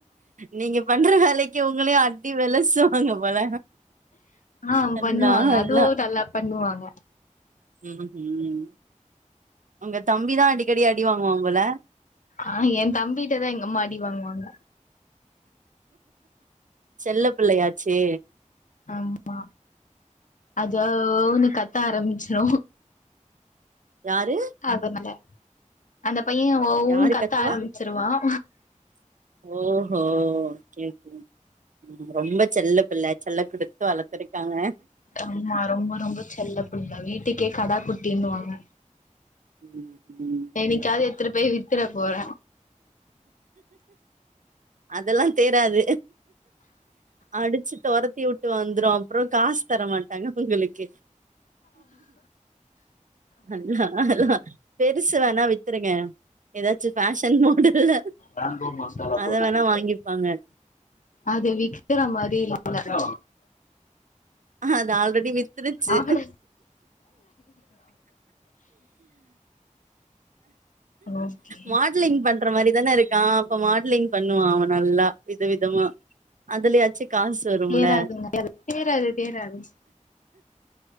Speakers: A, on the right (about 75°); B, on the left (about 75°).
A: நீங்க பண்ற வேலைக்கு உங்களையு அடி வெலுசுவாங்க போல
B: ஆ
A: அல்லா
B: பண்ணுவாங்க
A: அல்லா
B: அதுவு நல்லா பண்ணுவாங்க
A: ம்ஹும் உங்க தம்பிதா அடிக்கடி அடிவாங்குவான் போல
B: ஆ என் தம்பிட்டதான் எங்க அம்மா அடி வாங்குவாங்க
A: செல்ல புள்ளயாச்சே
B: ஆமா அது ஓன்னு கத்த ஆரம்பிச்சிரு
A: யாரு
B: அதுனால அந்த பையன் ஓன்னு
A: யாரு
B: கத்த
A: கத்துவா
B: ஆரம்பிச்சிருவான்
A: ஓஹோ கேக்கு ம் ரோம்ப செல்ல பிள்ள செல்ல குடுத்து வளத்திருக்காங்க
B: ஆமா ரொம்ப ரொம்ப செல்ல புள்ள வீட்டுக்கே கடா குட்டினுவாங்க
A: ம் ம்
B: என்னைக்காவது எத்துடு போய் வித்துற போற
A: அதெல்லா தேராது அடிச்சு தொரத்தி விட்டு வந்துரு அப்றோ காசு தரமாட்டாங்க உங்களுக்கு அதா அதா பெருச வேணா வித்துருங்க எதாச்சு ஃபேஷன் மாடல்ல
B: ராம்போ மசாலா போட்டுட்டிருக்க
A: அத வேணா வாங்கிப்பாங்க
B: அது விக்கற மாரி இல்ல
A: அது ஆல் ரெடி வித்திருச்சு
B: ஆட ஓகே
A: மாட்லிங் பண் ற மாரிதான இருக்கான் அப்ப மாட்லிங் பண்ணுவான் அவன் நல்லா வித விதமா அதுலயாச்சு காசு வரும்ல
B: தேராதுங்க தேராது தேராது